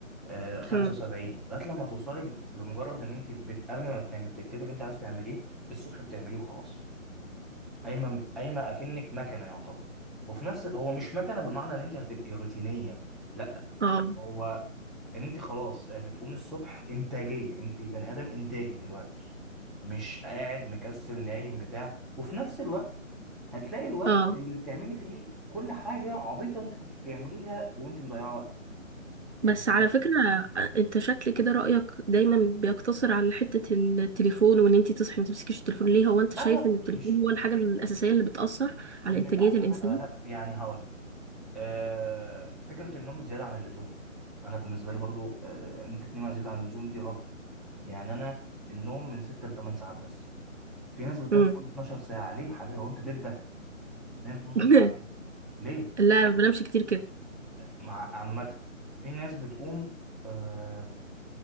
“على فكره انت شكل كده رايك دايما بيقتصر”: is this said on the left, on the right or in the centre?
Right